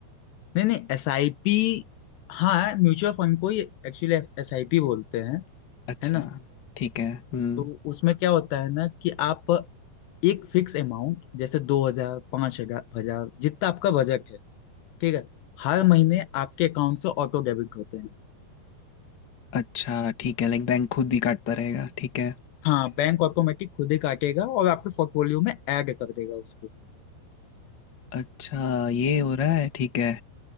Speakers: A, on the left; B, on the left.
A: नहीं नहीं एस आई पी हाँ म्यूचुअल फंड को ही एक्चुअली एस आई पी बोलते हैं
B: अच्छा
A: है ना
B: ठीक है हम्म
A: तो उसमें क्या होता है ना कि आप एक फिक्स अमाउंट जैसे दो हजार पाँच हजार हजार जितना आपका बजट है ठीक है हर महीने आपके अकाउंट से ऑटो डेबिट होते हैं
B: अच्छा ठीक है लाइक बैंक खुद ही काटता रहेगा ठीक है
A: हाँ बैंक ऑटोमेटिक खुद ही काटेगा और आपके पोर्टफोलियो में ऐड कर देगा उसको
B: अच्छा ये हो रहा है ठीक है